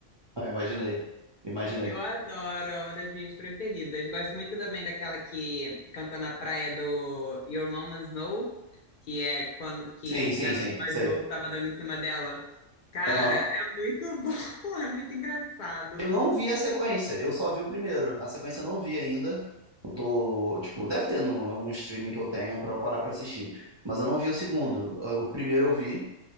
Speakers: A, on the right; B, on the left.
A: Ah, imaginei, imaginei.
B: Eu adoro, é uma das minhas preferidas. Gosto muito também daquela que canta na praia do Your Mama's Know, que é quando que
A: Sim,
B: o
A: sim,
B: garoto
A: sim,
B: mais
A: sei.
B: novo tava dando em cima dela. Cara,
A: Aham.
B: é muito bom, <laughs> é muito engraçado.
A: Eu não vi a sequência, eu só vi o primeiro. A sequência eu não vi ainda. Eu tô, tipo, deve ter no, em algum streaming que eu tenha pra eu parar pra assistir. Mas eu não vi o segundo. O primeiro eu vi.